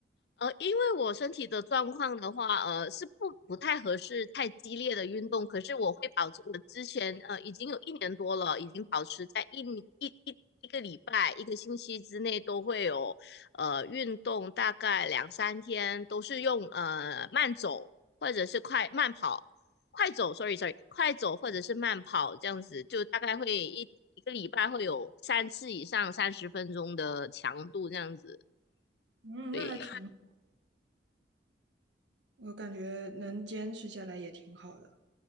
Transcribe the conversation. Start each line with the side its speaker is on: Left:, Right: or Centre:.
Left: 呃，因为我身体的状况的话，呃，是不不太合适太激烈的运动。可是我会保持，我之前呃已经有一年多了，已经保持在一年一一一个礼拜、一个星期之内都会有呃运动，大概两三天都是用呃慢走或者是快慢跑，快走，sorry sorry，快走或者是慢跑这样子，就大概会一一个礼拜会有三次以上三十分钟的强度这样子。
Right: 嗯，
Left: 对，
Right: 那还挺，我感觉能坚持下来也挺好的。